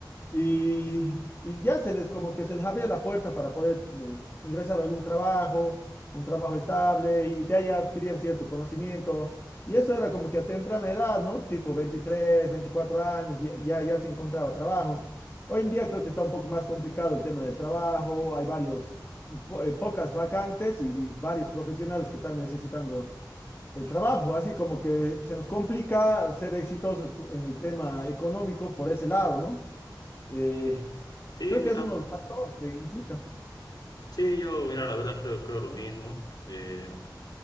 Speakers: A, on the left; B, on the left.
A: y, y ya se les, como que se les abría la puerta para poder eh, ingresar a algún trabajo, un trabajo estable, y de allá adquirían cierto conocimiento. Y eso era como que a temprana edad, ¿no? Tipo 23 24 años, ya, ya, ya se encontraba trabajo. Hoy en día creo que está un poco más complicado el tema del trabajo, hay varios, po- eh, pocas vacantes y varios profesionales que están necesitando el trabajo, así como que se nos complica ser exitosos cu- en el tema económico por ese lado, ¿no? Eh,
B: Mm, Sí,
A: creo
B: mira,
A: que es uno de los factores que implica.
B: sí, yo, mira, la verdad creo, creo lo mismo. Eh,